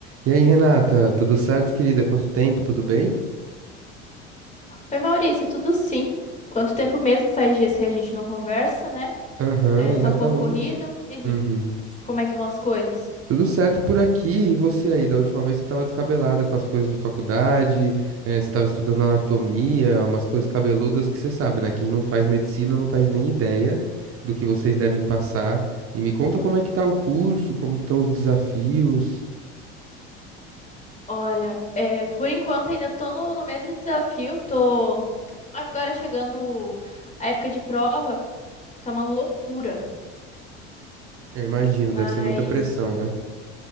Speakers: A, on the right; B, on the left.
A: E aí, Renata, tudo certo, querida? Quanto tempo, tudo bem?
B: Oi, Maurício, tudo sim? Quanto tempo mesmo? Faz dias que a gente não conversa, né?
A: Aham,
B: É,
A: exatamente.
B: tá um pouco corrido. E aí,
A: Uhum.
B: como é que vão as coisas?
A: Tudo certo por aqui. E você aí? Da última vez você estava descabelada com as coisas de faculdade, eh, você estava estudando anatomia, umas coisas cabeludas que você sabe, né? Quem não faz medicina não faz nem ideia do que vocês devem passar. E me conta como é que tá o curso, como que estão os desafios.
B: Olha, é, por enquanto ainda tô no, no mesmo desafio. Tô agora chegando a época de prova, tá uma loucura.
A: Eu imagino,
B: Mas
A: deve ser muita pressão, né?